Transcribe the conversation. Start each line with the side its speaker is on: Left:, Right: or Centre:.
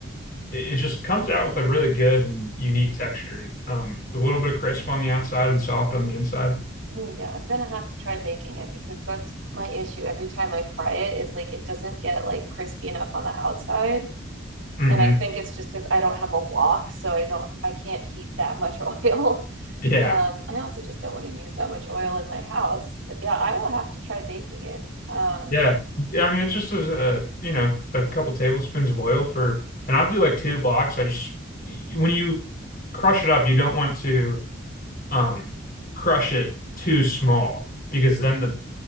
Left: it, it just comes out with a really good and unique texture. Um, a little bit of crisp on the outside and soft on the inside.
Right: Oh, yeah, I'm gonna have to try baking it because that's my issue. Every time I fry it, it's like it doesn't get like crispy enough on the outside.
Left: hmm
Right: And I think it's just because I don't have a wok, so I don't, I can't heat that much <laughs> oil.
Left: Yeah.
Right: Um, I also just don't want to use that much oil in my house. But yeah, I will have to try baking it. Um,
Left: Yeah. Yeah. I mean, it just is a, you know, a couple tablespoons of oil for, and I'll do like two blocks. I just, y- when you crush it up, you don't want to um crush it too small because then the